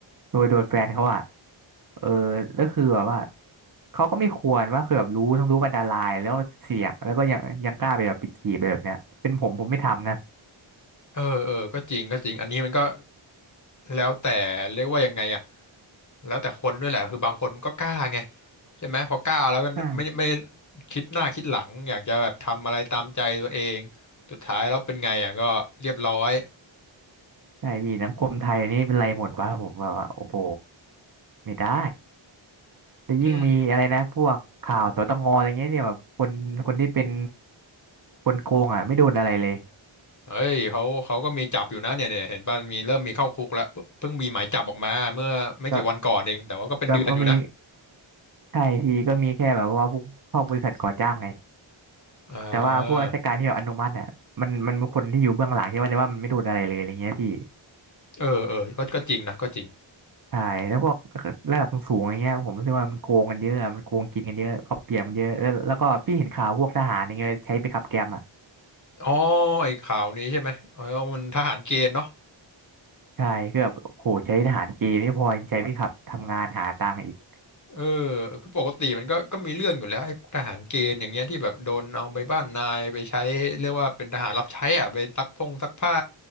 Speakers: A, on the right (about 45°); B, on the left (about 35°).
A: โดยโดยแฟนเขาอะเออแล้วคือแบบว่าเขาก็ไม่ควรว่าคือแบบรู้ทั้งรู้ว่าอันตรายแล้วเสี่ยงแล้วก็ยังยังกล้าไปแบบไปจีบไปแบบเนี้ยเป็นผมผมไม่ทำนะ
B: เออเออก็จริงก็จริง อันนี้มันก็แล้วแต่เรียกว่ายังไงอ่ะแล้วแต่คนด้วยแหละคือบางคนมันก็กล้าไงใช่ไหมพอกล้าแล้วก็ไม่ไม่ไม่
A: ใช่
B: คิดหน้าคิดหลังอยากจะแบบทำอะไรตามใจตัวเองสุดท้ายแล้วเป็นไงอ่ะก็เรียบร้อย
A: ใช่พี่สังคมไทยนี่เป็นไรหมดวะผมแบบว่าโอ้โหไม่ได้ จะยิ่งมีอะไรนะพวกข่าวสตงอะไรเงี้ยเนี่ยแบบคนคนที่เป็น
B: อืม
A: คนโกงอ่ะไม่โดนอะไรเลย
B: เอ้ยเขาเขาก็มีจับอยู่นะเนี่ยเนี่ยเห็นป่ะมีเริ่มมีเข้าคุกแล้วเพิ่งเพิ่งมีหมายจับออกมาเมื่อไม่กี่วันก่อนเองแต่ว่าก็เป็นเดือนอยู่นะ
A: ก็ก็ก็มีใช่ทีก็มีแค่แบบว่าพวกพวกบริษัทก่อจ้างไง
B: อ่า
A: แต่ว่าพวกราชการที่แบบอนุมัติอ่ะมันมันมีคนที่อยู่เบื้องหลังใช่ไหมแต่ว่ามันไม่โดนอะไรเลยอะไรเงี้ยพี่
B: เออเออก็ก็จริงนะก็จริง
A: ใช่แล้วพวกระดับสูงๆอะไรเงี้ยผมรู้สึกว่ามันโกงกันเยอะอะมันโกงกินกันเยอะเอาเปรียบกันเยอะแล้วแล้วก็พี่เห็นข่าวพวกทหารอย่างเงี้ยใช้ไปขับแกมอ่ะ
B: อ๋อไอ้ข่าวนี้ใช่ไหมเออมันทหารเกณฑ์เนาะ
A: ใช่คือแบบโหใช้ทหารเกณฑ์ไม่พอยังใช้ไปขับทำงานหาตังค์อีก
B: เออคือปกติมันก็ก็มีเรื่องอยู่แล้วไอ้พวกทหารเกณฑ์อย่างเงี้ยที่แบบโดนเอาไปบ้านนายไปใช้เรียกว่าเป็นทหารรับใช้อ่ะไปซักพงซักผ้า